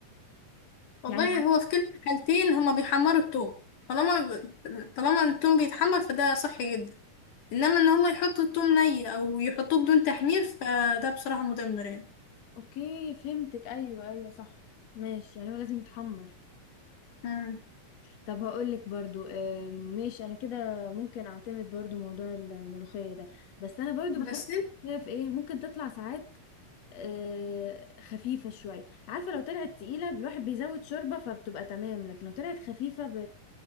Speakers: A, on the left; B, on the left.
A: والله
B: يعني الع-
A: هو في كل الحالتين هما بيحمروا التوم طالما ب... طالما التوم بيتحمر فده صحي جدا انما ان هما يحطوا التوم ني او يحطوه بدون تحمير فده بصراحة مدمر يعني
B: اوكي فهمتك ايوه ايوه صح ماشي يعني هو لازم يتحمر
A: مم.
B: طب هقولك برضو آه، ماشي انا كده ممكن اعتمد برضو موضوع الملوخية ده بس انا برضو
A: بس
B: بخاف من الملوخية في ايه ممكن تطلع ساعات آه، خفيفة شوية عارفة لو طلعت تقيلة الواحد بيزود شوربة فبتبقى تمام لكن لو طلعت خفيفة ب-